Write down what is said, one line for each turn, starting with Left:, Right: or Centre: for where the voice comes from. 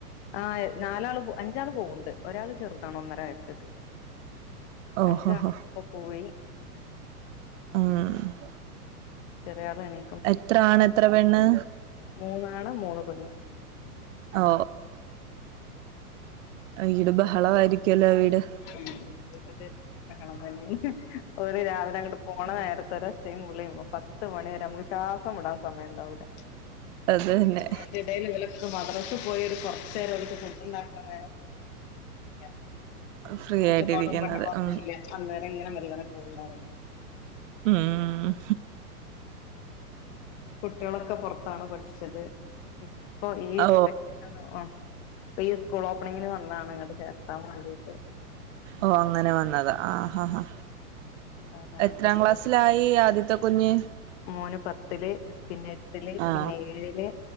Left: ആഹ് നാലാള് അഞ്ചാൾ പോവ്ണ്ട് ഒരാള് ചെറുതാണ് ഒന്നര വയസ്സയിട്ടൊള്ളു
Right: ഓഹോഹോ
Left: അഞ്ചാൾ ഇപ്പ പോയി
Right: മ്
Left: ചെറിയ ആള് എണി
Right: എത്ര ആണ് എത്ര പെണ്ണ്
Left: മൂന്നാണ് മൂന്ന് പെണ്ണ്
Right: ഓ ഓ ഈട് ബഹള ആയിരിക്കൊല്ലോ വീട്
Left: ല് വീടൊരു ബഹളതന്നെ ഓര് രാവിലെ അങ്ങട്ട് പോണ നേരത്തോര് ഒച്ച പുളി പത്ത് മണി വരെ നമുക്ക് ശ്വാസം വി ടാൻ സമയണ്ടാവുല
Right: അത് തന്നെ
Left: അയിൻ്റെടേൽ ഇവലൊക്കെ മദ്റസ പോയൊരു കൊറേച്ച് നേരം ഒരുക്ക് ഫുഡ്‌ ഉണ്ടാക്കണ്ട <unintelligible>
Right: ഫ്രീ
Left: ഒച്ചപ്പാടും
Right: ആയിട്ടിരിക്കുന്നത്
Left: ബഹൊളൊന്നുല്ല
Right: ഉം
Left: അന്നേരം ഇങ്ങനെ മെല്ലനെ പോകല്ലാരും
Right: മ്
Left: കുട്വിളൊക്കെ പൊർത്താണ് പഠിച്ചത് ഇപ്പൊ ഈ
Right: ഓ
Left: വെക്കേഷൻ ആഹ് ഇപ്പൊ ഈ സ്കൂൾ ഓപ്പണിങ്ങിന് വന്നതാണ് ഇങ്ങട്ട് ചേർത്താൻ വാണ്ടീട്ട്
Right: ഓ അങ്ങനെ വന്നത ആ ഹാ ഹാ
Left: <inaudible>
Right: എത്രാക്ലാസ്സിലായി
Left: ചേർ
Right: ആദ്യത്തെ കുഞ്ഞ്
Left: മോന് പത്തില് പിന്നെ എട്ടില്
Right: ആ
Left: പിന്നെ ഏഴ്ല്